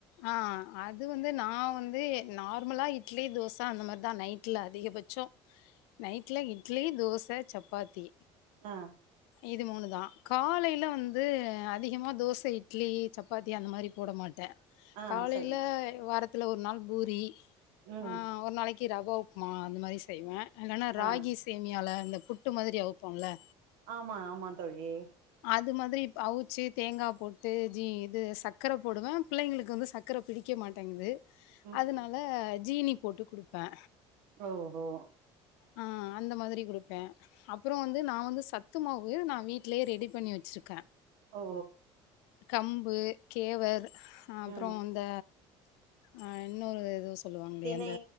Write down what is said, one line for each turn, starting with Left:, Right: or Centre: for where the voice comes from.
Left: ஆ அது வந்து நா வந்து நார்மலா இட்லி தோச அந்த மாரிதா நைட்ல அதிகபட் ச்சோ நைட்ல இட்லி தோச சப்பாத்தி
Right: ஆ
Left: இது மூணுதா காலையில
Right: ம்
Left: வந்து அதிகமா தோச இட் லி சப்பாத்தி அந்த மாரி போட மாட்டே
Right: ஆ
Left: காலையில
Right: சரிங்க
Left: வாரத்துல ஒரு நாள் பூரி
Right: ம்
Left: ஆ ஒரு நாளைக்கு ரவா உப்மா அந்த மாரி செய்வே இல்லனா ராகி
Right: ஆ
Left: சேமியால அந்த புட்டு மாதிரி அவிப் போல
Right: ஆமா ஆமா தோழி
Left: அது மாதிரி அவிச்சு தேங்கா போட் டு ஜு இது சக்கர போடுவே பிள்ளைங்களுக்கு வந்து சக்கர பிடிக்க மாட்டேங்குது
Right: ம்
Left: அதுனால
Right: ம்
Left: ஜீனி போட்டு குடுப்பே
Right: ஓ ஹோ
Left: அ அந்த மாதிரி குடுப்பே அப்றோ வந்து நா வந்து சத்து மாவு நா வீட்லியே ரெடி பண்ணி வச்சிருக்கே
Right: ஓ
Left: கம்பு கேவர் அப்றோ
Right: ம்
Left: இந்த அ இன்னொரு எதோ செல்லு வாங்ளே
Right: தினை
Left: அந்த